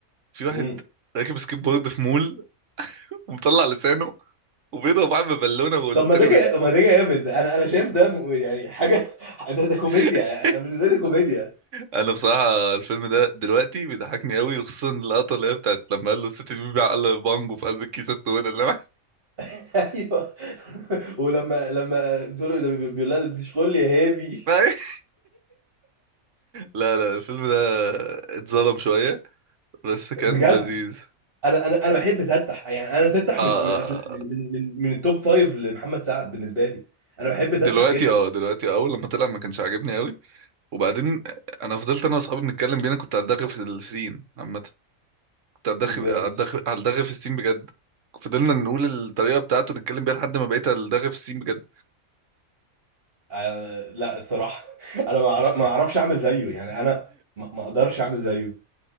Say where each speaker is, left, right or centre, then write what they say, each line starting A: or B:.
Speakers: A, on the right; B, on the right.
A: في واحد
B: مم.
A: راكب سكيب بورد في مول ومطلع لسانه وبيضرب واحد ببالونه والتاني
B: طب ما ده جا...
A: بيض...
B: ما ده جامد انا انا شايف ده م- يعني حاجه <laughs> ده ده كوميديا
A: <laughs>
B: آه، بالنسبه لي ده كوميديا
A: انا بصراحه الفيلم ده دلوقتي بيضحكني قوي وخصوصا اللقطه اللي هي بتاعت لما قال له الست دي بيبيع قال بانجو في قلب الكيسه السوداء اللي معاه.
B: <laughs> ايوه <laughs> ولما لما بتقول له ده بي- بيقول لها دي شغل يا هادي
A: <laughs> لا لا الفيلم ده اتظلم شويه بس كان
B: بجد
A: لذيذ
B: انا انا انا بحب تتح يعني انا تتح
A: اه آه،
B: من من افلام
A: آه.
B: من من من, من التوب فايف لمحمد سعد بالنسبه لي انا بحب
A: دلوقتي
B: تتح جدا
A: اه دلوقتي اول لما طلع ما كانش عاجبني قوي وبعدين انا فضلت انا واصحابي بنتكلم بينا كنت هلدغ في السين عامه كنت هلدغ
B: ازاي
A: هلدغ هلدغ في السين بجد فضلنا نقول الطريقه بتاعته نتكلم بيها لحد ما بقيت هلدغ في السين بجد
B: أنا لا الصراحة <laughs> أنا ما أعرف ما أعرفش أعمل زيه يعني أنا ما ما أقدرش أعمل زيه